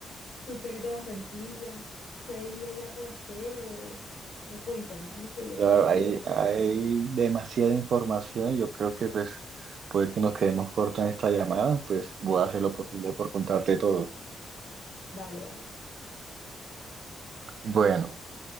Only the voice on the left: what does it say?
tú que eres de Barranquilla, qué hay allá por hacer o, o cuéntame cómo se divierte
la gente.
Dale, dale.